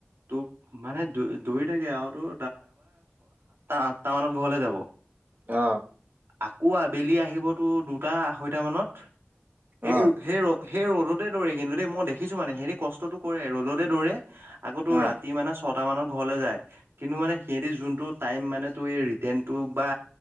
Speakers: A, on the right; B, on the right.
A: তোৰ মানে দৌৰি থাকে আৰু <unintelligible> আঠটা মানত ঘৰলে যাব
B: অ
A: আকৌ আবেলি আহিব তোৰ দুটা আঢ়ৈটামানত
B: অ
A: সেই সেই ৰ সেই ৰ'দতে দৌৰে কিন্তু দেই মই দেখিছোঁ মানে সিহঁতি কষ্টটো কৰে, ৰ'দতে দৌৰে আকৌ তোৰ
B: অ
A: ৰাতি মানে ছটা মানত ঘৰলে যায় কিন্তু মানে সিহতি যোনটো টাইম মানে ত ৰিটনটো বা